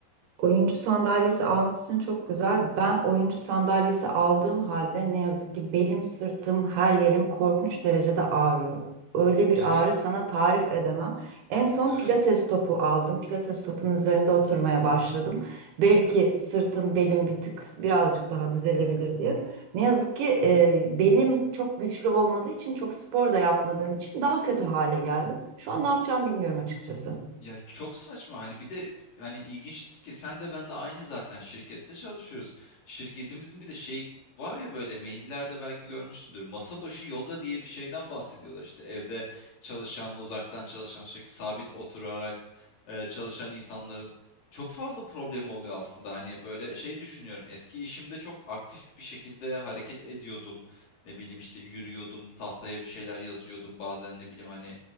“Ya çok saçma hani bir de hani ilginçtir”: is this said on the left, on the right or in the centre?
Left